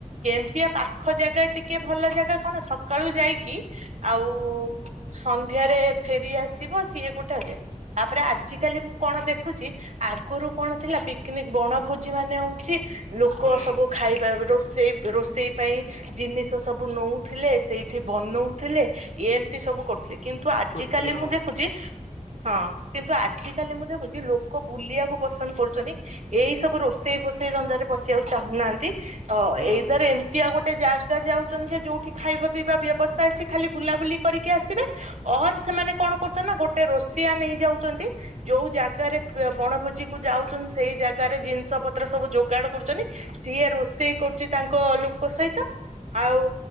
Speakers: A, on the right; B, on the left.
A: କେମିତିଆ ପାଖ ଜାଗା ଟିକେ ଭଲ ଜାଗା କଣ ସକାଳୁ ଯାଇକି ଆଉ ସନ୍ଧ୍ୟାରେ ଫେରି ଆସିବ ସିଏ ଗୋଟେ ଅଧେ ତାପରେ ଆଜିିକାଲି ମୁଁ କଣ ଦେଖୁଛି ଆଗରୁ କଣ ଥିଲା ପିକନିକ ବଣଭୋଜି ମାନେ ହଉଛି। ଲୋକ
B: ହଁ
A: ସବୁ ଖାଇବା ଆଗରୁ ସେଇ ରୋଷେଇ ପାଇଁ ଜିନିଷ ସବୁ ସବୁ ନଉଥିଲେ ସେଇଠି ବନଉଥିଲେ ଏମିତି ସବୁ କରୁଥିଲେ କିନ୍ତୁ ଆଜି
B: କରିଥିଲେ
A: କାଲି
B: ହଁ
A: ମୁଁ ଦେଖୁଛି ହଁ କିନ୍ତୁ ଆଜି କାଲି ମୁଁ ଦେଖୁଛି ଲୋକ ବୁଲିବାକୁ ପସନ୍ଦ କରୁଛନ୍ତି ଏଇ ସବୁ ରୋଷେଇ ଫଷେଇ ଧନ୍ଦାରେ ପଶିବାକୁ ଚାହୁଁନାହାନ୍ତି ଅ
B: ହଁ।
A: ଏଇଦରେ ଏମ- ଫିର୍ ଆଉ ଗୋଟେ ଜାଗା ଯାଉ। ଯେ ଯୋଉଠି ଖାଇବା ପିଇବା ବ୍ୟବସ୍ଥା ଅଛି ଖାଲି ବୁଲାବୁଲି କରିକି ଆସିବେ ଅର୍ ସେମାନେ କଣ କରୁଛନ୍ତି ନା ଗୋଟେ ରୋଷେଆ ନେଇଯାଉଛନ୍ତି ଯୋଉ ଜାଗାରେ ବଣଭୋଜି କୁ ଯାଉଛନ୍ତି ସେଇ ଜାଗାରେ ଜିନିଷ ପତ୍ର ସବୁ ଯୋଗାଡ କରୁଛନ୍ତି ସିଏ ରୋଷେଇ କରୁଛି ତାଙ୍କ ଲୋକ ସହିତ। ଆଉ